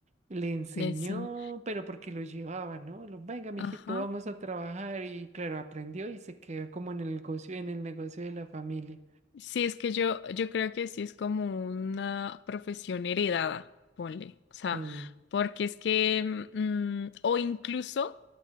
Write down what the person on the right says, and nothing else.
le enseñó,
pero porque lo llevaba, ¿no? Lo, venga, mijito,
vamos a trabajar. Y claro, aprendió y se quedó como en el negocio, en el negocio de la familia.
Sí.